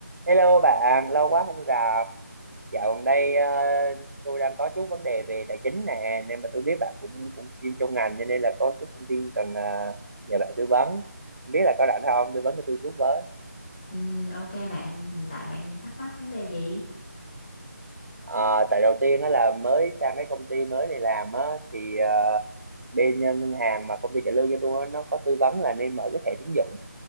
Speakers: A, on the right; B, on the left.
A: Hello bạn, lâu quá không gặp. Dạo gần đây ờ, tôi đang có chút vấn đề về tài chính nè, nên mà tôi biết bạn cũng cũng chuyên trong ngành cho nên là có chút thông tin cần ờ, nhờ bạn tư vấn. Không Biết là có rảnh không? Tư vấn cho tôi chút với.
B: Ừ, ok bạn, hiện tại bạn thắc mắc vấn đề gì?
A: Ờ, tại đầu tiên đó là mới sang cái công ty mới này làm á thì ờ, bên ờ, ngân hàng mà công ty trả lương cho tôi á, nó có tư vấn là nên mở cái thẻ tín dụng